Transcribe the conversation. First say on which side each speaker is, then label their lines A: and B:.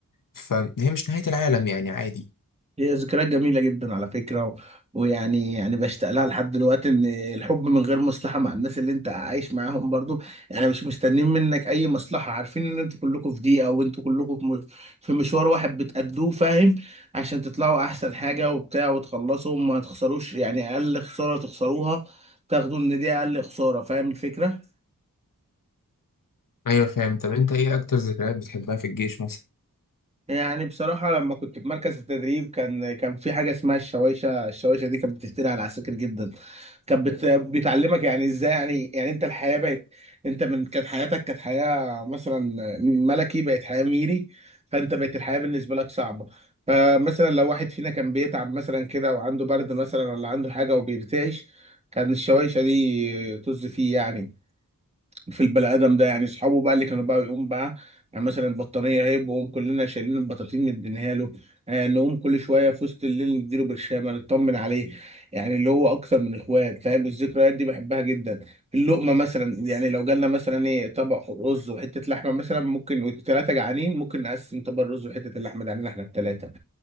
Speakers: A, on the left; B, on the right.
A: فهي مش نهايه العالم يعني عادي
B: هي ذكريات جميلة جدا على فكرة و... ويعني يعني بشتاق لها لحد دلوقتي ان الحب من غير مصلحة مع الناس اللي انت عايش معاهم برضو يعني مش مستنيين منك اي مصلحة عارفين ان انتوا كلكم في دقيقة وانتوا كلكم في م- في مشوار واحد بتأدوه فاهم عشان تطلعوا احسن حاجة وبتاع وتخلصوا وما تخسروش يعني اقل خسارة تخسروها تاخدوا ان دي اقل خسارة فاهم الفكرة
A: ايوه فاهم طب انت ايه اكتر ذكريات بتحبها في الجيش مثلا
B: يعني بصراحة لما كنت في مركز التدريب كان كان في حاجة اسمها الشوايشة، الشوايشة دي كانت بتفتري على العساكر جدا. كانت بت... بتعلمك يعني ازاي يعني يعني انت الحياة بقت انت من كانت حياتك كانت حياة مثلا ملكي بقت حياة ميري فانت بقت الحياة بالنسبة لك صعبة. فمثلا لو واحد فينا كان بيتعب مثلا كده وعنده برد مثلا ولا عنده حاجة وبيرتعش كان الشوايشة دي طز فيه يعني. في البني ادم ده يعني اصحابه بقى اللي كانوا بقى يقوم بقى يعني مثلا البطانيه هيب وهم كلنا شايلين البطاطين مدينها له آه نقوم كل شويه في وسط الليل نديله برشامه نطمن عليه يعني اللي هو اكتر من اخوات فاهم الذكريات دي بحبها جدا اللقمه مثلا يعني لو جالنا مثلا ايه طبق رز وحته لحمه مثلا ممكن والثلاثه جعانين ممكن نقسم طبق الرز وحته اللحمه ده علينا احنا الثلاثه